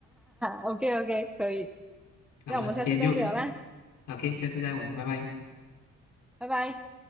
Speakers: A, in the centre; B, on the left (about 80°).
A: ，OK OK，<laughs> 可以，
B: 好的，
A: 那我们下次再聊啦，
B: 今天就 OK，下次再玩，拜拜。
A: 拜拜。